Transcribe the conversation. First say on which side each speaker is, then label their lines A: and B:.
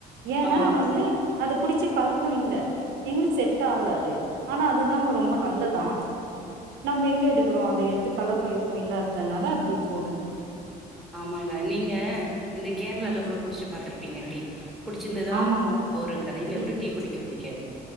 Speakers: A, on the right; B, in the centre.
A: ஏன்னா
B: ஓ
A: வந்து அது குடிச்சி பழக்கம் இல்ல முளுக்கு செட் ஆவல அது ஆனா அதுதாங் ரொம்ப நல்லதான் நம்ம எங்க எடுக்குறோம் அத எட்த்து பழக்கோ இப்ப இல்லாததுனாலா அப்டி போதுங்
B: ஆமாங்க நீங்க இந்த கேர்ளால்ல
A: ம்
B: கொட குடிச்சி பாத்துருப்பீங்க டீ புடிச்சிருந்ததா
A: ஆமாங்கோ
B: ஒரு கடையில கூட
A: இ
B: டீ குடிக்க பிடிக்க புடிகாது